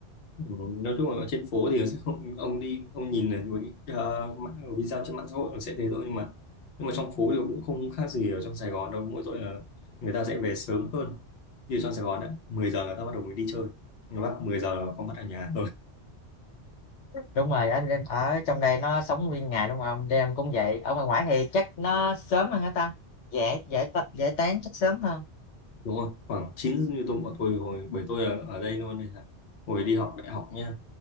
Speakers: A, on the left; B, on the left.
A: ừ, nói chung là ở trên phố thì <laughs> sẽ không ông đi ông nhìn là một cái à, mạng- video trên mạng xã hội nó sẽ thế thôi nhưng mà nhưng mà trong phố thì cũng không khác gì ở trong Sài Gòn đâu mỗi tội là người ta sẽ về sớm hơn như trong Sài Gòn á 10 giờ người ta bắt đầu mới đi chơi người Bắc 10 giờ là có mặt ở nhà
B: đúng rồi ở lên- ở trong đây nó sống nguyên ngày đúng không đêm cũng vậy ở ngoài ngoài thì chắc nó sớm hơn hả ta dễ dễ ta- dễ tán chắc sớm hơn
A: đúng rồi khoảng chín như tôi bọn tôi hồi bởi tôi ở, ở đây luôn đây là hồi đi học đại học nha